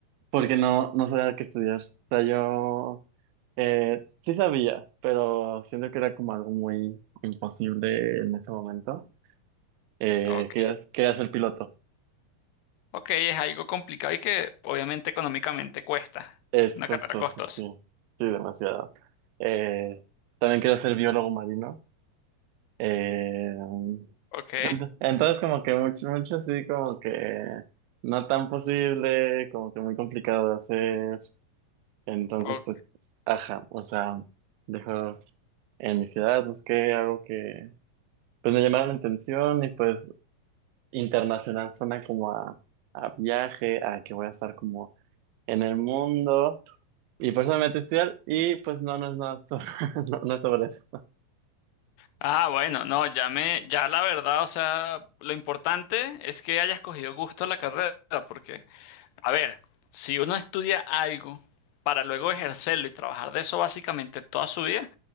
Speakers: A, on the right; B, on the left.
A: Porque no, no sabía qué estudiar. O sea, yo eh, sí sabía, pero siento que era como algo muy imposible en ese momento. Eh,
B: Ok,
A: quería, quería ser piloto.
B: ok, es algo complicado y que obviamente económicamente cuesta.
A: Es
B: Una
A: costoso,
B: carrera costosa.
A: sí, sí, demasiado. Eh, también quiero ser biólogo marino. Eh,
B: Ok,
A: ent- entonces, como que mucho, mucho sí, como que no tan posible, como que muy complicado de hacer. Entonces,
B: o-
A: pues, ajá, o sea, dejo en mi ciudad, busqué algo que, pues, me llamara la atención y pues internacional suena como a, a viaje, a que voy a estar como en el mundo. Y por eso me metí a estudiar y pues no, no es nada, so- <laughs> no, no es sobre eso.
B: ah, bueno, no, ya me, ya la verdad, o sea, lo importante es que hayas cogido gusto a la carrera, porque A ver, si uno estudia algo para luego ejercerlo y trabajar de eso básicamente toda su vida,